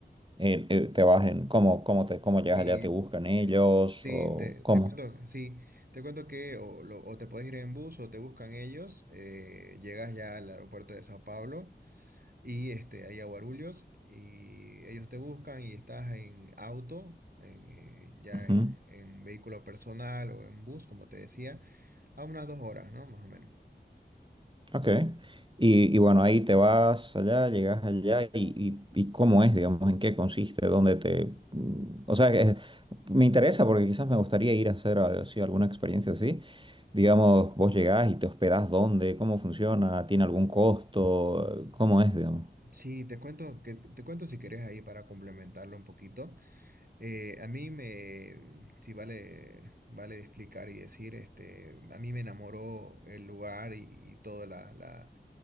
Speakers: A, on the right (about 25°); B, on the right (about 55°).
A: Eh, eh, ¿te vas en, cómo, cómo te, cómo llegas
B: Y,
A: allá? ¿Te buscan ellos
B: eh, sí,
A: o
B: te,
A: cómo?
B: te cuento, sí, te cuento que o, lo- o te puedes ir en bus o te buscan ellos, eh, llegas ya al aeropuerto de Sao Paulo y este, ahí a Guarulhos y ellos te buscan y estás en auto, en, eh, ya
A: Ujú.
B: en, en vehículo personal o en bus, como te decía, a unas dos horas, ¿no? Más o menos.
A: Ok. Y, y bueno, ahí te vas allá, llegas allá y, y, y cómo es, digamos, en qué consiste, dónde te... mm, O sea, que me interesa porque quizás me gustaría ir a hacer a- así alguna experiencia así. Digamos, vos llegás y te hospedás dónde, cómo funciona, tiene algún costo, cómo es, digamos.
B: Sí, te cuento, que, te cuento si querés ahí para complementarlo un poquito. Eh, a mí me, sí vale, vale de explicar y decir, este, a mí me enamoró el lugar y, y toda la, la-